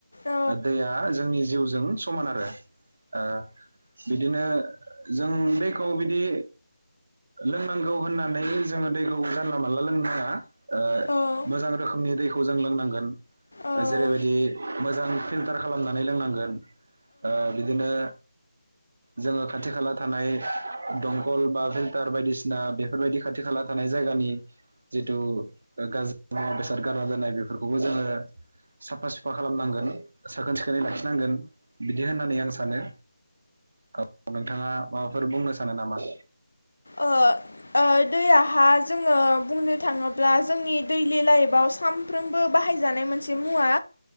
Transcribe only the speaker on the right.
दैया जोंनि जिउजों समान आरो ओ बिदिनो जों दैखौ बिदि लोंनांगौ होननानै जोङो दैखौ जानला मानला लोंनो नाङा। ओ
मोजां रोखोमनि दैखौ जों लोंनांगोन।
जेरैबायदि मोजां फिल्टार खालामनानै लोंनांगोन ओ बिदिनो जोङो खाथि खाला थानाय दंखल बा फिल्टार बायदिसिना बेफोरबायदि खाथि खाला थानाय जायगानि जिथु गाज्रि मुवा बेसाद गारना दोननाय बेफोरखौबो जोङो साफा सुफा खालामनांगोन साखोन सिखोनै लाखिनांगोन बिदि होननानै आं सानो। औ नोंथाङा माबाफोर बुंनो सानो नामा?